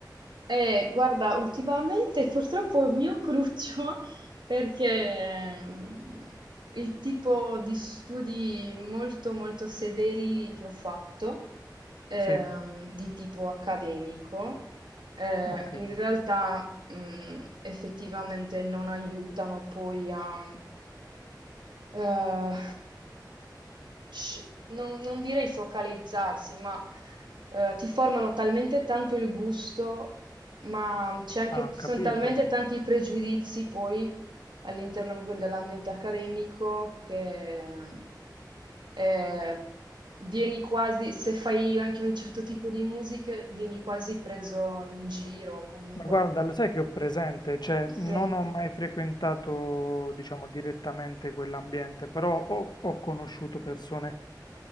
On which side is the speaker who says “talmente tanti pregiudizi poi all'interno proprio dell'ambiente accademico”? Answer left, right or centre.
Right